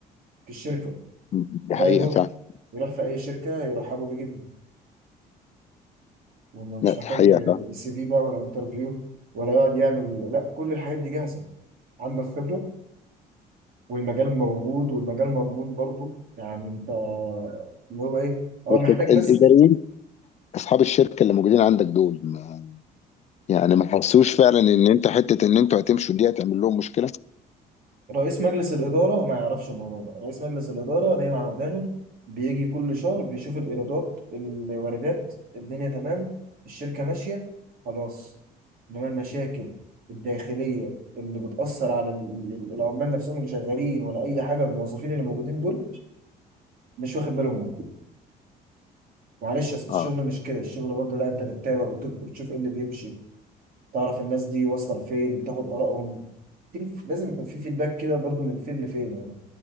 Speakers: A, on the right (about 60°); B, on the left (about 40°).
A: في الشركه
B: إمم، دي
A: وده
B: حقيقة
A: يروح
B: فعلًا،
A: يروح في اي شركه يرحبوا بيه جدا وانه مش
B: لأ
A: محتاج
B: دي حقيقة فعلًا،
A: سي في بقى ولا انترفيو ولا يقعد يعمل لا كل الحاجات دي جاهزه عندك خبره والمجال موجود والمجال مضمون برضو يعني انت اللي هو ايه هو
B: بس
A: محتاج
B: الإداريين
A: بس
B: أصحاب الشركة اللي موجودين عندك دول ما يعني ما حسّوش فعلًا إن أنت حتّة إن أنتم هتمشوا دي هتعمل لهم مشكلة؟
A: رئيس مجلس الاداره ما يعرفش الموضوع ده رئيس مجلس الاداره نايم على ودانه بيجي كل شهر بيشوف الايرادات الواردات الدنيا تمام الشركه ماشيه خلاص انما المشاكل الداخليه اللي بتأثر على ال- ال- العمال نفسهم اللي شغالين ولا أي حاجة الموظفين اللي موجودين دول مش واخد باله منهم معلش اصل الشغل
B: آه،
A: مش كده الشغل برضه لا انت بتتابع بت- بتشوف ايه اللي بيمشي تعرف الناس دي واصله لفين بتاخد ارائهم في- لازم يكون في فيدباك كده برضه من فين لفين يعني